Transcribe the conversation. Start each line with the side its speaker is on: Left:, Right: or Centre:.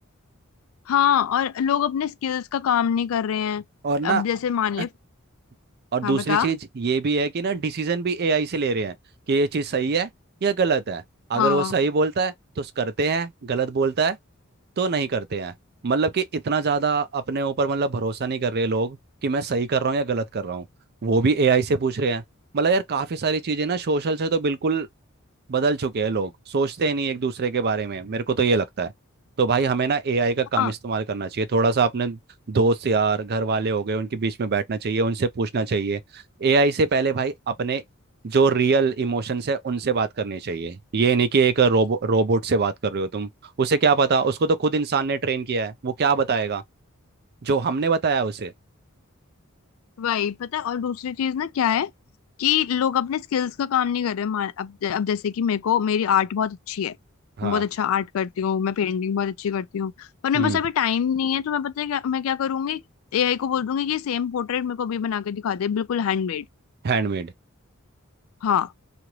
Left: हाँ और लोग अपने स्किल्स का काम नहीं कर रहे हैं
Right: और ना
Left: अब जैसे मान ले
Right: <clears throat> और
Left: हाँ
Right: दूसरी
Left: बता
Right: चीज ये भी है कि ना डिसीजन भी एआई से ले रहे हैं कि ये चीज सही है या गलत है अगर
Left: हाँ
Right: वो सही बोलता है तो करते हैं गलत बोलता है तो नहीं करते हैं मतलब कि इतना ज्यादा अपने ऊपर मतलब भरोसा नहीं कर रहे लोग कि मैं सही कर रहा हूँ या गलत कर रहा हूँ वो भी एआई से पूछ रहे हैं मतलब यार काफी सारी चीजें ना सोशल से तो बिल्कुल बदल चुके हैं लोग सोचते ही नहीं एक दूसरे के बारे में मेरे को तो ये लगता है तो भाई हमें ना एआई का कम
Left: हाँ
Right: इस्तेमाल करना चाहिए थोड़ा सा अपने दोस्त यार घर वाले हो गए उनके बीच में बैठना चाहिए उनसे पूछना चाहिए एआई से पहले भाई अपने जो रियल इमोशंस है उनसे बात करनी चाहिए ये नहीं कि एक रोबो रोबोट से बात कर रहे हो तुम उसे क्या पता उसको तो खुद इंसान ने ट्रेन किया है वो क्या बताएगा जो हमने बताया उसे
Left: वही पता है और दूसरी चीज ना क्या है कि लोग अपने स्किल्स का काम नहीं कर रहे मान अब अब जैसे कि मेरे को मेरी आर्ट बहुत अच्छी है
Right: हाँ
Left: मैं बहुत अच्छा आर्ट करती हूँ मैं पेंटिंग बहुत अच्छी करती हूँ पर मेरे
Right: हम्म
Left: पास अभी टाइम नहीं है तो मैं पता है क्या मैं क्या करूंगी एआई को बोल दूंगी कि सेम पोर्ट्रेट मेरे को अभी बना के दिखा दे बिल्कुल हैंडमेड
Right: हैंडमेड
Left: हाँ